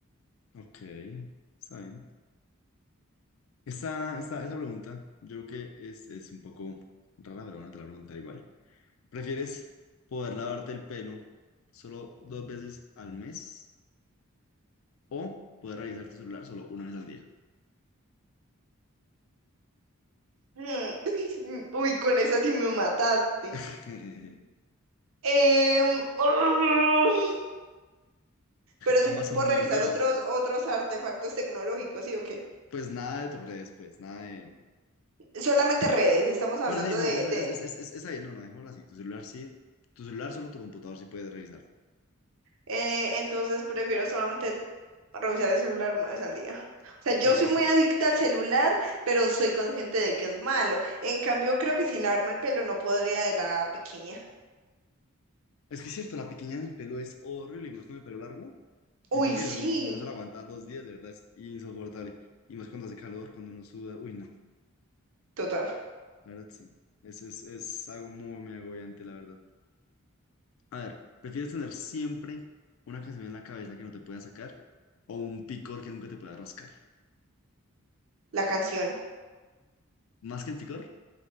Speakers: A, on the left; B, on the right.
A: Ok, está bien. Esa, esa, esa pregunta, yo creo que es, es un poco rara, pero bueno, te la pregunta igual. ¿Prefieres poder lavarte el pelo solo dos veces al mes o poder revisar tu celular solo una vez al día?
B: Mm, <laughs> Uy, con esa sí me mataste.
A: <laughs>
B: Em, <laughs> pero
A: Ambas
B: sí
A: son
B: puedo revisar
A: muy horribles.
B: otros, otros artefactos tecnológicos, ¿sí o qué?
A: Pues nada de tus redes, pues nada de...
B: Solamente redes, estamos hablando
A: Bueno, sí, no,
B: de,
A: es,
B: de-
A: es, es- es- está bien, no, no, dejémoslo así. Tu celular sí, tu celular solo tu computador sí puedes revisar.
B: eh, entonces prefiero solamente revisar el celular una vez al día. O sea, yo
A: Sí,
B: soy
A: porque
B: muy adicta al celular, pero soy consciente de que es malo. En cambio, creo que sin lavarme el pelo no podría de la piquiña.
A: es que es cierto, la pequeña del pelo es horrible y más con el pelo largo.
B: Uy,
A: ¿Y entonces?
B: sí,
A: que eso uno se lo aguanta dos días, de verdad, es insoportable. Y más cuando hace calor, cuando uno suda. Uy, no,
B: total.
A: la verdad sí. Eso es, es algo muy, muy agobiante, la verdad. A ver, ¿prefieres tener siempre una canción en la cabeza que no te pueda sacar o un picor que nunca te pueda rascar?
B: La canción.
A: ¿Más que el picor?